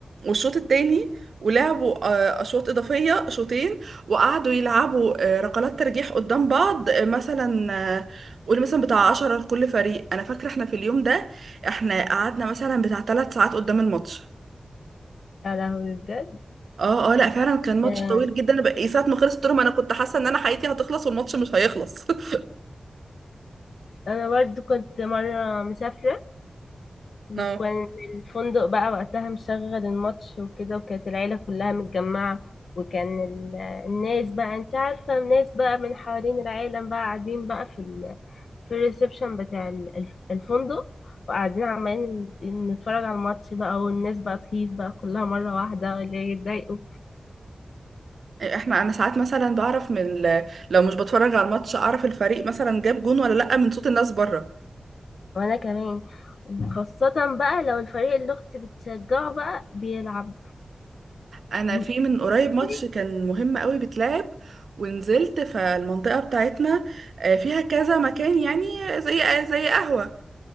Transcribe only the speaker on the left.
يا لهوي بجد
ده
انا برضو كنت مره مسافره وكان
الفندق بقى وقتها مشغل الماتش وكده وكانت العيله كلها متجمعه وكان ال- الناس بقى انت عارفه الناس بقى من حوالين العالم بقى قاعدين بقى في ال... في الريسبشن بتاع ال- الف- الفندق وقاعدين عمالين نتفرج على الماتش بقى والناس بقى تهيص بقى كلها مره واحده اللي يتضايقوا
وانا كمان خاصة بقى لو الفريق اللي اختي بتشجعه بقى بيلعب
بصي